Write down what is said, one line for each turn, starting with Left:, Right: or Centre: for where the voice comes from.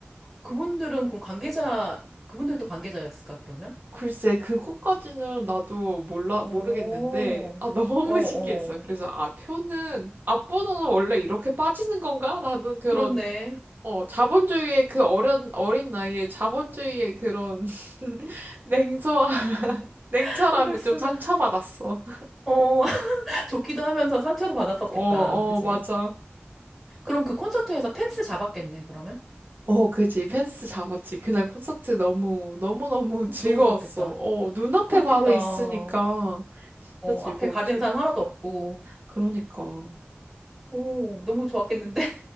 Centre: 그분들은 그럼 관계자, 그분들도 관계자였을까, 그러면?
Right: 글쎄, 그것까지는 나도 몰라,
Centre: 어,
Right: 모르겠는데, 아, 너무
Centre: 어, 어.
Right: <laughs> 신기했어. 그래서, 아, 표는, 앞번호는 원래 이렇게 빠지는 건가? 라는 그런
Centre: 그렇네.
Right: 어, 자본주의의 그 어린, 어린 나이에 자본주의의 그런 <laughs> 냉소와, <laughs> 냉철함에
Centre: <laughs> 이럴 수가.
Right: 좀 상처받았어.
Centre: 어, <laughs> 좋기도 하면서 상처도 받았었겠다.
Right: 어,
Centre: 그지?
Right: 어, 맞아.
Centre: 그럼 그 콘서트에서 펜스 잡았겠네, 그러면?
Right: 어, 그지. 펜스 잡았지. 그날 콘서트 너무, 너무너무
Centre: 어,
Right: 즐거웠어.
Centre: 너무 좋았겠다.
Right: 어, 눈앞에
Centre: 그렇겠다.
Right: 바로 있으니까
Centre: 어,
Right: 진짜 즐거웠지.
Centre: 앞에 가리는 사람 하나도 없고.
Right: 그러니까.
Centre: 오, 너무 좋았겠는데?